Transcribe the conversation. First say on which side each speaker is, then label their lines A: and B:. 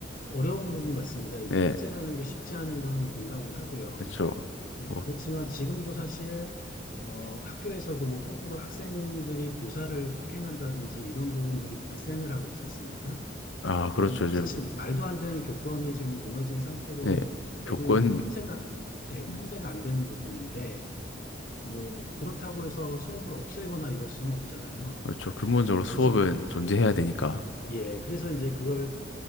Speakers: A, on the left; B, on the left.
A: 어려운 부분 같습니다. 이게
B: 네,
A: 통제라는 게 쉽지 않은 건 공감을 하고요.
B: 그렇죠.
A: 그-
B: 뭐,
A: 그렇지만 지금도 사실 어, 학교에서도 거꾸로 학생들이 교사를 폭행한다든지 이런 부분들이 발생을 하고 있지 않습니까?
B: 아, 그렇죠.
A: 어,
B: 요즘,
A: 사실 말도 안 되는 교권이 지금 무너진 상태로
B: 네, 교권,
A: 되고 있는 게 통제가 예,
B: 음,
A: 통제가 안 되는 부분인데 뭐 그렇다고 해서 수업을 없애거나 이럴 수는 없잖아요.
B: 그렇죠. 근본적으로 수업은
A: 그렇지.
B: 존재해야 되니까.
A: 예, 그래서 이제 그걸